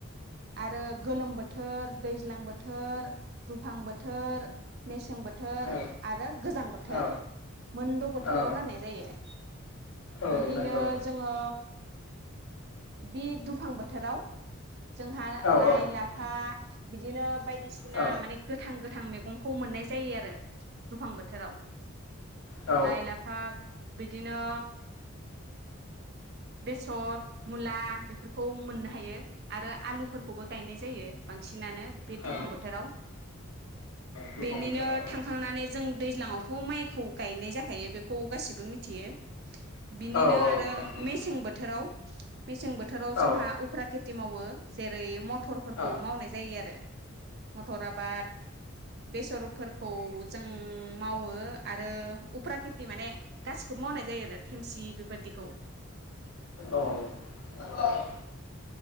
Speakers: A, on the right (about 50°); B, on the left (about 75°).
A: आरो गोलोम बोथोर दैज्लां बोथ- थोर दुफां बोथोर मेसें बोथोर
B: औ
A: आरो गोजां बोथोर
B: औ
A: मोनद बोथोराव
B: औ
A: राननाय जायो।
B: औ
A: बिदिनो
B: नंगौ
A: जोङो बि दुफां बोथोराव। जोंहा
B: औ
A: लाइ
B: औ
A: लाफा। बिदिनो बाय बायदिसिना
B: औ
A: माने गोथां गो थां मैगंखौ मोननाय जायो आरो। दुफां बोथोराव
B: औ
A: लाइ लाफा बिदिनो बेसर मुला बेफोरखौ मोननो हायो। आरो आलुफोरखौबो गायनाय जायो, बांसिनानो बे
B: औ
A: दुफां बोथोराव।
B: दुफां
A: बेनिनो
B: बोथोराव औ
A: थांखांनानै जों दैज्लांआवथ माइखौ गायनाय जाखायो बेखौ गासिबो मि थियो बिनिनो
B: औ औ
A: आरो
B: नंगौ
A: मेसें बोथोराव <inaudible> मेसें बोथोराव
B: औ
A: जोंहा उफ्राखेब मावो जेरै म टरफोरखौ
B: औ
A: मावनाय जायो आरो। मथर आबाद बेसरफोरखौ जों मावो आरो उफ्रा खेथि माने गासिखौबो मावनाय जायो आरो थेमसि बेफोरदिखौ।
B: औ औ।